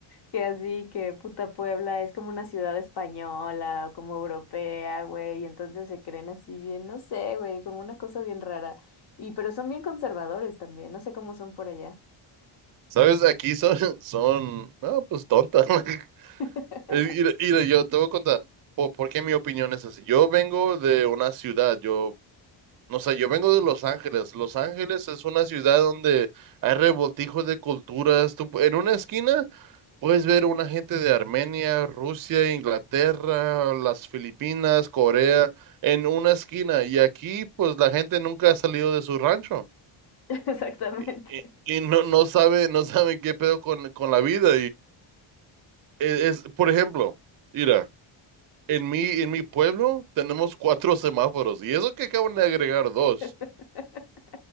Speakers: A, on the left; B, on the right.
A: que así, que puta Puebla es como una ciudad española o como europea, güey, y entonces se creen así bien, no sé, güey, como una cosa bien rara. Y pero son bien conservadores también, no sé cómo son por allá.
B: ¿Sabes? Aquí son, <laughs> son, no, pues tontas. <laughs>
A: <laughs>
B: Y, y- y yo te voy a contar po- por, qué mi opinión es así. Yo vengo de una ciudad, yo, no sé, yo vengo de Los Ángeles. Los Ángeles es una ciudad donde hay revoltijos de culturas. Tú pu- en una esquina puedes ver una gente de Armenia, Rusia, Inglaterra, las Filipinas, Corea, en una esquina. Y aquí, pues la gente nunca ha salido de su rancho.
A: Exactamente.
B: Y, y- y no, no sabe, no saben qué pedo con, con la vida. es, es, por ejemplo, mira, en mi, en mi pueblo tenemos cuatro semáforos y eso que acaban de agregar dos.
A: <laughs>